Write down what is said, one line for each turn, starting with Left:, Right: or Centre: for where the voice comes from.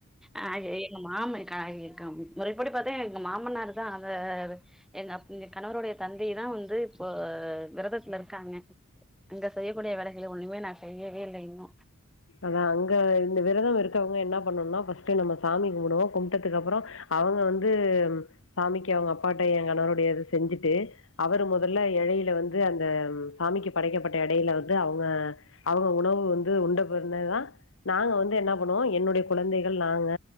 Centre: அ ஏ மாம க க முறைப்படி பாத்தா எங்க மாமனாருதா அத எங்க கணவருடைய தந்தைதா வந்து இப்போ விரதத்துல இருக்காங்க அங்க செய்யக்கூடிய வேலைகள ஒண்ணுமே நா செய்யவே இல்ல இன்னு
Left: அதா அங்க இந்த விரதொ இருக்கவங்க என்ன பண்ணுன்னா ஃபஸ்ட்டே நம்ம சாமி கும்பிடுவோம் கும்பிட்டதுக்கு அப்புறம் அவங்க வந்து சாமிக்கு அவங்க அப்பாட்ட எங்கணவருடையது செஞ்சுட்டு அவரு முதல்ல இழையில வந்து அந்த சாமிக்கு படைக்கப்பட்ட இடையில வந்து அவங்க அவங்க உணவு வந்து உண்ட ந்ததுதான் நா வந்து என்ன ம் என்னுடைய குழந்தைகள் நாங்க